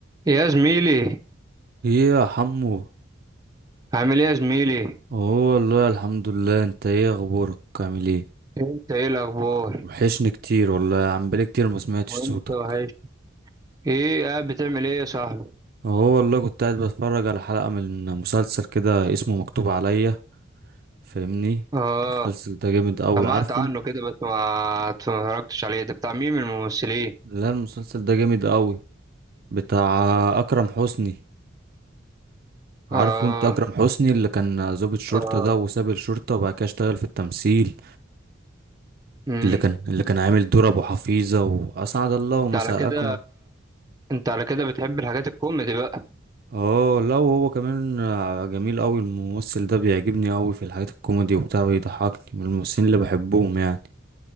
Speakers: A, on the right; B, on the right.
A: يا زميلي
B: ايه يا حمو
A: عامل ايه يا زميلي
B: هو والله الحمد لله انت ايه اخبارك عامل ايه
A: انت ايه الاخبار
B: وحشني كتير والله يا عم بقالي كتير ما سمعتش
A: وانت
B: صوتك
A: وحش ايه قاعد بتعمل ايه يا صاحبي
B: هو والله كنت قاعد بتفرج على حلقة من مسلسل كده اسمه مكتوب عليا فاهمني
A: اه
B: المسلسل ده جامد قوي
A: سمعت
B: عارفه
A: عنه
B: انت
A: كده بس ما اتفرجتش عليه ده بتاع مين من الممثلين
B: لا المسلسل ده جامد قوي بتاع اكرم حسني عارفه
A: اه
B: انت اكرم حسني اللي كان ضابط شرطة
A: اه
B: ده وساب الشرطة وبعد كده اشتغل في التمثيل
A: امم
B: اللي كان اللي كان عامل دور ابو حفيظة واسعد الله
A: انت
B: مساءكم
A: على كده انت على كده بتحب الحاجات الكوميدي بقى
B: اه لا وهو كمان جميل قوي الممثل ده بيعجبني قوي في الحاجات الكوميدي وبتاع بيضحكني من الممثلين اللي بحبهم يعني